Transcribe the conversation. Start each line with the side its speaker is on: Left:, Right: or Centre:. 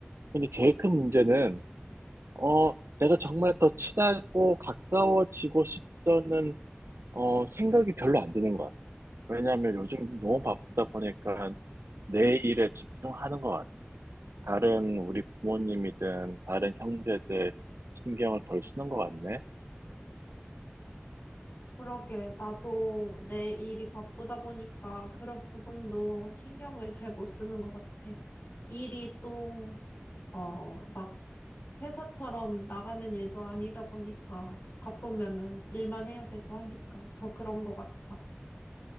Right: 근데 제일 큰 문제는 어 내가 정말 더 친하고 가까워지고 싶다는 어 생각이 별로 안 드는 것 같아요. 왜냐하면 요즘 너무 바쁘다 보니까 내 일에 집중하는 것 같아요. 다른 우리 부모님이든 다른 형제들 신경을 덜 쓰는 것 같네.
Left: 그러게, 나도 내 일이 바쁘다 보니까 그런 부분도 신경을 잘 못 쓰는 것 같아. 일이 또, 어, 막 회사처럼 나가는 일도 아니다 보니까 바쁘면은 일만 해야 되고 하니까 더 그런 것 같아.